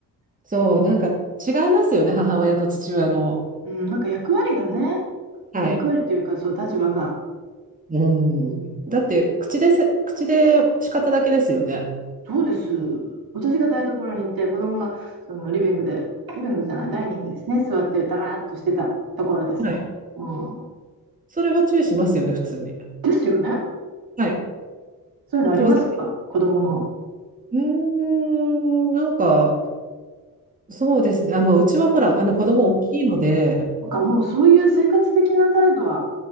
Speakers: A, on the right; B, on the right.
A: そう、なんか違いますよね、母親と父親の。
B: うん、なんか役割がね
A: はい。
B: 役割というかそう立場が
A: うん。だって、口でせ、口で叱っただけですよね。
B: そうです私が台所に行って子供がそのリビングでリビングじゃないダイニングですね座ってダラーっとしてたところですね、
A: はい。
B: うん、
A: それは注意しますよね、普通に。
B: ですよね
A: はい。
B: そういうのありますか子供の
A: 当然。うーん、なんか、そうですね。あ、まあ、うちはほら、あの子供大きいので、
B: なんかもうそういう生活的な態度は